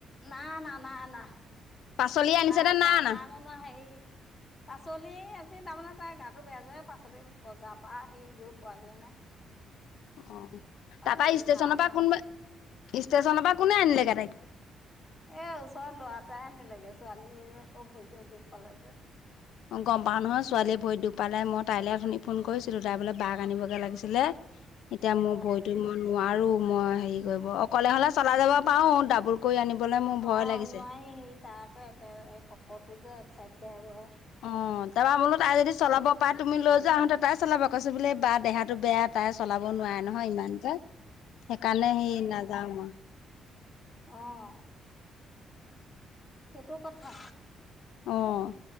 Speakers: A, on the left; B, on the left.
A: নাই না নাই না
B: পাচলি আনিছে নে
A: আচাৰ
B: অনা
A: নাই বনোৱা হে পাছত আজি তাৰমানে তাৰ গাটো বেয়া যে পাচলি বজাৰ পৰা আহি গৈ পোৱাগে নাই
B: অ তাৰ
A: পাচলি
B: পৰা ষ্টেশ্যনৰ
A: নাই অনা
B: পৰা কোনবা
A: হেৰি
B: ষ্টেশ্যনৰ পৰা কোনে আনিলেগে তাইক
A: এ ওচৰৰ লৰাটাই আনিলেগে ছোৱালীয়ে আকৌ ভৰিতো দুখ পালে যে
B: অ গম পাওঁ নহয় ছোৱালীয়ে ভৰিত দুখ পালে মই তাইলে শুনি ফোন কৰিছিলো তাই বোলে বাহ আনিবগৈ লাগিছিলে এতিয়া মোৰ
A: অ',
B: ভৰিতো মই নোৱাৰো মই হেৰি কৰিব অকলে হলে চলাই যাব পাৰো ডাবুল কৰি আনিবলৈ মোৰ ভয়
A: অ
B: লাগিছে
A: নোৱাৰি হেৰি তাৰ আকৈ একে সকলো যে এক চাইডকেহে বহে
B: অ তাৰপৰা বোলো তাই যদি চলাব পাই তুমি লৈ যোৱা আহোতে তাই চলাবা কৈছ বোলে বা দেহাটো বেয়া তাই চলাব নোৱাৰে নহয় ইমানকে সেইকাৰণে সি নাযাওঁ মই।
A: অঁহ সেইটো কথা
B: অহ